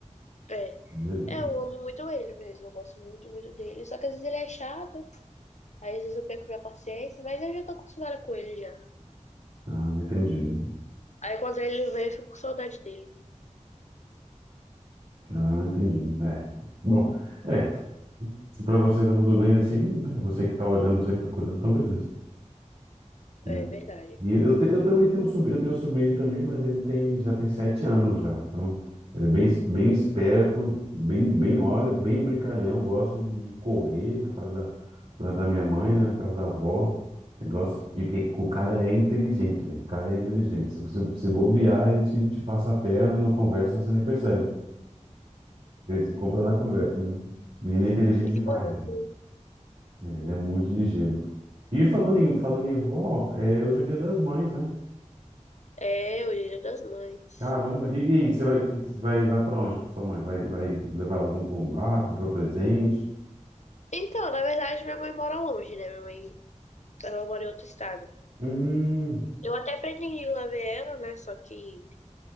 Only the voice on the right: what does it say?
ele-
Ah, entendi.
Ah, entendi. É. Bom, é. Se pra você tá tudo bem assim, né? Você que tá olhando, você que tá cuidando, então beleza. né
E eu, te- eu também tenho um sobrinho, eu tenho um sobrinho também, mas ele tem, já tem sete anos já. Então, ele é bem, es- bem esperto, bem, bem olha, bem brincalhão, gosta de, de correr na casa da, da, da minha mãe, né, na casa da avó. Ele Gosta de- e, e o cara é inteligente, velho. O cara é inteligente. Se você se bobear, ele te, te passa a perna, não conversa, você nem percebe. Ele se compra na conversa. Né? O Menino é inteligente
demais,
velho. É, ele é muito ligeiro. E falando em, falando em vó é, hoje é dia das mães, né?
Caramba, e, e aí, você vai, que- vai, vai para onde com sua mãe? Vai, vai levar ela algum pra um lugar, comprar presente?
Hum,